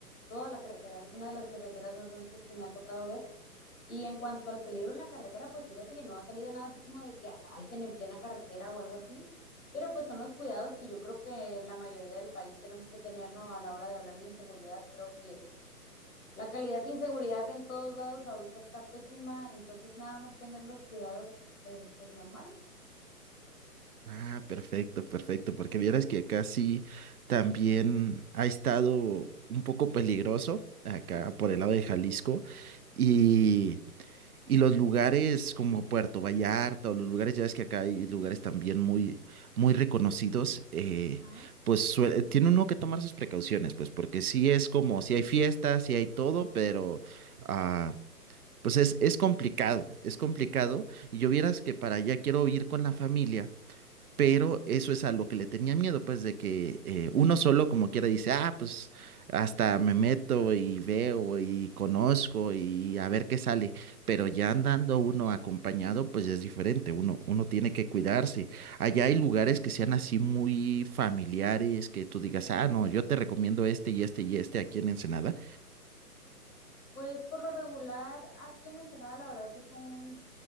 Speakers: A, on the left; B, on the right.
A: Toda la carretera es una de las carreteras más bonitas que me ha tocado ver. Y en cuanto al peligro en la carretera, pues fíjate que no ha salido nada así como de que asalten en plena carretera o algo así. Pero pues son los cuidados que yo creo que la mayoría del país tenemos que tener, ¿no? A la hora de hablar de inseguridad, creo que la calidad de inseguridad en todos lados ahorita está pésima, entonces nada más tener los cuidados eh, pues normales.
B: Ah, perfecto, perfecto, porque vieras que acá sí también ha estado un poco peligroso, acá por el lado de Jalisco, y, y los lugares como Puerto Vallarta o los lugares, ya ves que acá hay lugares también muy, muy reconocidos, eh,
A: Ajá.
B: pues sue- tiene uno que tomar sus precauciones, pues porque sí es como, sí hay fiestas, sí hay todo, pero... ah, Pues es, es complicado, es complicado. Y yo vieras que para allá quiero ir con la familia pero eso es a lo que le tenía miedo, pues de que eh, uno solo como quiera dice, ah, pues hasta me meto y veo y conozco y a ver qué sale. Pero ya andando uno acompañado, pues es diferente, uno, uno tiene que cuidarse. Allá hay lugares que sean así muy familiares, que tú digas, ah, no, yo te recomiendo este y este y este aquí en Ensenada.
A: Pues por lo regular, aquí en Ensenada la verdad es un